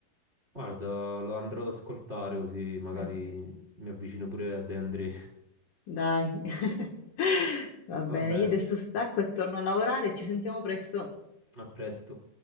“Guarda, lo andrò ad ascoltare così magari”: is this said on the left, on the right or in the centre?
Right